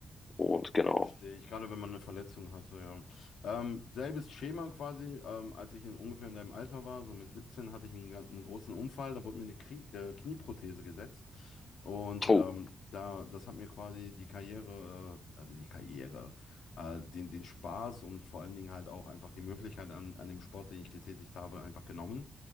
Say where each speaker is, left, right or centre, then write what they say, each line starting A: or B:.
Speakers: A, on the left; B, on the left.
A: und genau.
B: Verstehe ich, gerade wenn man eine Verletzung hatte, ja. Ähm, selbes Schema quasi, ähm, als ich in, ungefähr in deinem Alter war, so mit 17 hatte ich einen, gan- einen großen Unfall, da wurde mir eine Krie äh, Knieprothese gesetzt und
A: Oh.
B: ähm, da, das hat mir quasi die Karriere, äh, also die Karriere, äh, den, den Spaß und vor allen Dingen halt auch einfach die Möglichkeit an, an dem Sport, den ich getätigt habe, einfach genommen.